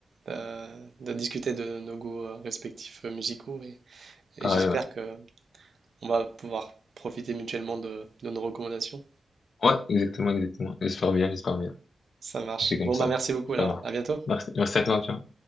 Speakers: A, on the right; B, on the left.
A: de, de discuter de nos goûts euh, respectifs euh, musicaux et, et
B: pareil.
A: j'espère
B: Ouais,
A: que on va pouvoir profiter mutuellement de, de nos recommandations.
B: ouais exactement, exactement. J'espère bien, j'espère bien.
A: Ça marche.
B: On fait comme
A: Bon,
B: ça.
A: bah merci beaucoup alors.
B: Ça va.
A: À bientôt.
B: Merci, merci à toi, tu vois.